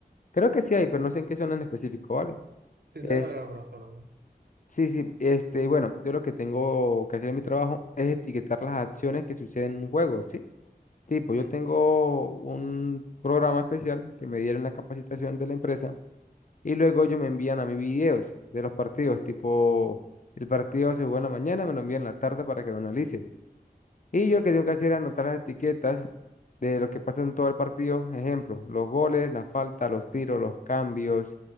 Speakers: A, on the left; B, on the right.
A: Creo que sí hay, pero no sé en qué son en específico, ¿vale?
B: Tendrá
A: Es,
B: que haber alguna zona, ¿no?
A: sí, sí, este, bueno, yo lo que tengo que hacer en mi trabajo es etiquetar las acciones que suceden en un juego, ¿sí? Tipo, yo
B: Mm.
A: tengo un programa especial que me dieron en la capacitación de la empresa y luego ellos me envían a mí videos de los partidos, tipo, el partido se juega en la mañana, me lo envían en la tarde para que lo analice. Y yo lo que tengo que hacer es anotar las etiquetas de lo que pasa en todo el partido. Ejemplo, los goles, la falta los tiros, los cambios,